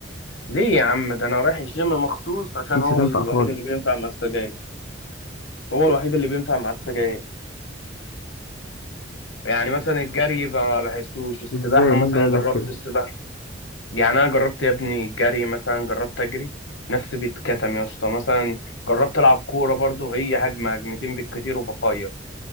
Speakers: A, on the left; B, on the left.
A: ليه يا عم ده انا رايح الجيم مخصوص عشان
B: مش
A: هو
B: هتنفع
A: الوحيد
B: خالص
A: اللي بينفع مع السجاير هو الوحيد اللي بينفع مع السجاير يعني مثلا الجري ب- ما بحسوش السباحة
B: ازاي مين
A: مثلا
B: اللي قالك
A: جربت
B: كده
A: السباحة يعني انا جربت يا ابني الجري مثلا جربت اجري نفسي بيتكتم يا اسطى مثلا جربت العب كورة برضه هي هجمة هجمتين بالكتير وبفيص